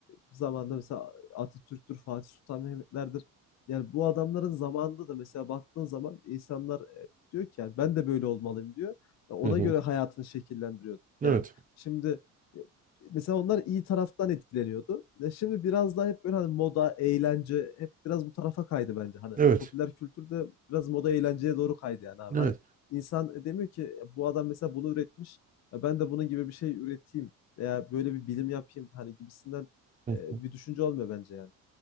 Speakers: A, on the left; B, on the right.
A: e, zamanda mesela Atatürk'tür, Fatih Sultan Mehmet'lerdir. Yani bu adamların zamanında da mesela baktığın zaman insanlar e, diyor ki yani ben de böyle olmalıyım diyor. Ya ona
B: hı hı.
A: göre hayatını şekillendiriyor. Yani
B: Evet,
A: şimdi e, mesela onlar iyi taraftan etkileniyordu. E şimdi biraz daha hep böyle hani moda, eğlence hep biraz bu tarafa kaydı bence. Hani
B: evet,
A: popüler kültür de biraz moda eğlenceye doğru kaydı yani abi. Hani
B: evet.
A: insan e, demiyor ki "Ya bu adam mesela bunu üretmiş. Ya ben de bunun gibi bir şey üreteyim veya böyle bir bilim yapayım hani gibisinden
B: Hı.
A: e, bir düşünce olmuyor bence yani.